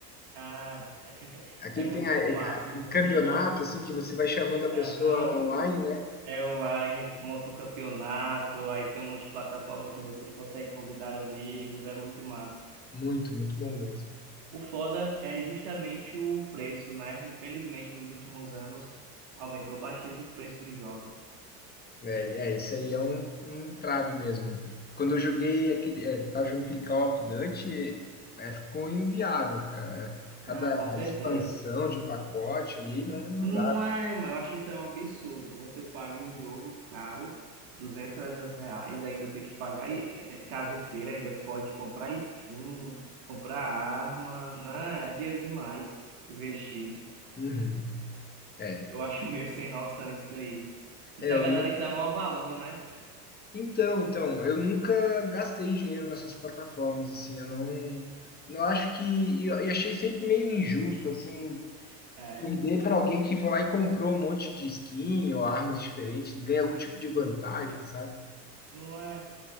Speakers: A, on the right; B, on the left.
A: Ah, <laughs>
B: Aqui
A: é muito
B: tem a-
A: massa,
B: a- um campeonato,
A: FIFA.
B: assim, que você vai chamando a pessoa
A: Aham.
B: online, né?
A: É online, monta o campeonato, aí tem um monte de plataforma que você consegue convidar amigos, é muito massa.
B: Muito, muito bom mesmo.
A: O foda é justamente o preço, né? Infelizmente, nos últimos anos, aumentou bastante o preço dos jogos.
B: É, é, isso aí é um, um trave mesmo. Quando eu joguei aquele, é, tava jogando aquele Call of Duty, é, ficou inviável, cara. Cada
A: Ah, com certeza.
B: expansão de pacote ali não, não
A: Não
B: dá.
A: é, mas eu acho isso é um absurdo. Você paga o jogo caro, 200 300 reais, ainda tem que pagar, e eh, caso queira, ainda pode comprar skin, comprar arma, né? É dinheiro demais investido.
B: Uhum. É,
A: Eu acho <laughs> meio sem noção isso aí. E
B: é,
A: tem
B: eu
A: a galera
B: nunca...
A: que dá maior valor, né?
B: Então, então, eu nunca gastei dinheiro nessas plataformas, assim, eu não, não acho que... E, eu- e achei sempre meio injusto, assim,
A: É,
B: perder para alguém que foi lá e comprou um monte de skin ou armas diferentes, ganha algum tipo de vantagem, sabe?
A: Não é?